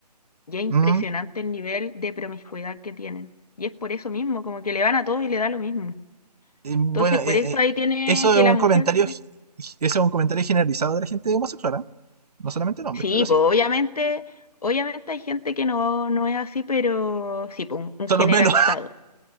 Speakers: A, on the left; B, on the right.
A: Y es impresionante
B: Mm.
A: el nivel de promiscuidad que tienen. Y es por eso mismo, como que le van a todos y le da lo mismo.
B: Eh, Bueno,
A: Entonces,
B: eh,
A: por eso
B: eh,
A: ahí tiene
B: eso
A: que
B: es un
A: la mujer...
B: comentario, gi- eso es un comentario generalizado de la gente homosexual, ¿ah? no solamente en hombres,
A: Sí,
B: pero sí,
A: pues obviamente, obviamente hay gente que no, no es así, pero sí, pues un, un
B: son
A: generalizado.
B: los menos